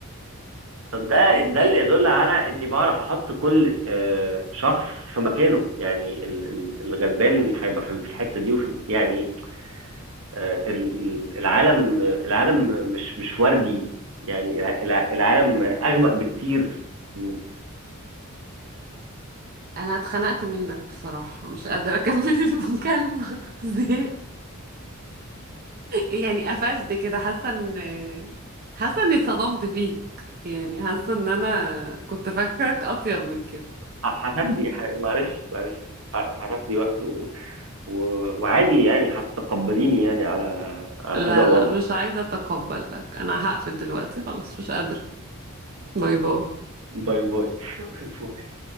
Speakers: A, on the right; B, on the right.
A: طب ده
B: ازاي
A: ده اللي يدل على اني بعرف احط كل آه، شخص في مكانه يعني ال- ال- الغلبان هيبقى في الحته دي وفي ال- يعني آه، ال- ال- العالم العالم مش مش وردي يعني الع- الع- العالم اغمق بكتير ه-
B: انا اتخنقت منك بصراحة مش قادرة اكمل <laughs> المكالمة زهقت يعني قفلت كده حاسة ان حاسة اني اتصدمت فيك يعني حاسة ان انا كنت فاكرك اطيب من كده
A: هتاخدي ح- معلش معلش ه- هتاخدي وقت و- و- وعادي يعني هتتقبليني يعني على على
B: لا
A: هذا الوضع
B: لا مش عايزة اتقبلك انا هقفل دلوقتي خلاص مش قادرة باي باي
A: باي باي <laughs>